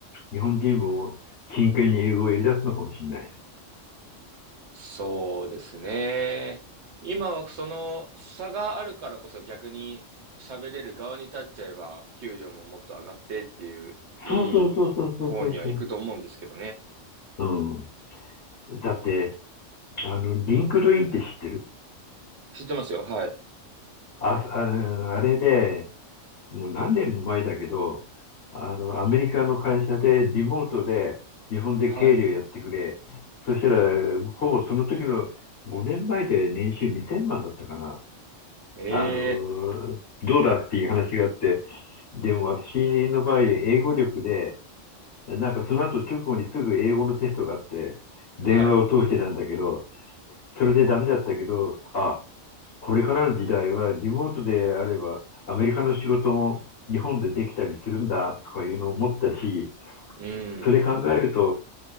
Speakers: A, on the left; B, on the right.
A: 日本人も真剣に英語をやり出すのかもしれないね
B: そうですね。今はその差があるからこそ逆に喋れる側に立っちゃえば、給料ももっと上がってっていう、いい方には行くと思うんですけどね。
A: そうそうそうそうそうそうそう。うん。だって、あの、リンクドインって知ってる
B: 知ってますよ。はい。
A: あ、ああれで、もう何年も前だけど、あの、アメリカの会社でリモートで日本で経理をやってくれ。
B: はい。
A: そしたら、ほぼその時の5年前で年収2000万だったかな。
B: ええ
A: あの、どうだっていう話があって、でも私の場合、英語力で、なんかその後直後にすぐ英語のテストがあって、
B: はい。
A: 電話を通してなんだけど、それでダメだったけど、あ、これからの時代はリモートであればアメリカの仕事も日本でできたりするんだとかいうのを思ったし、
B: うん。
A: それ考えると、